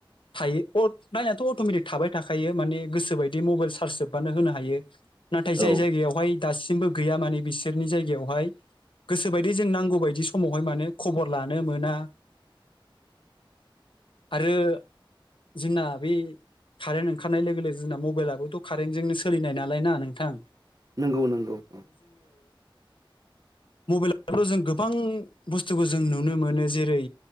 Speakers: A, on the left; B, on the right.
A: थायो लाइनाथ' अट'मेटिक थाबाय थाखायो माने गोसोबायदि मबाइल चार्ज जोबबानो होनो हायो। नाथाय जाय
B: औ
A: जायगायावहाय दासि, बो गैया माने बिसोरनि जायगायावहाय गोसोबायदि जों नांगौ बायदि समावहाय माने खबर लानो मोना आरो जोंना बे कारेन्ट ओंखारनाय लोगो लोगो जोंना मबाइलाबोथ' कारेन्टजोंनो सोलिनाय नालायना नोंथां,
B: नंगौ नंगौ औ
A: मबाइलाव' जों गोबां बुस बुस्थुखौ जों नुनो मोनो जेरै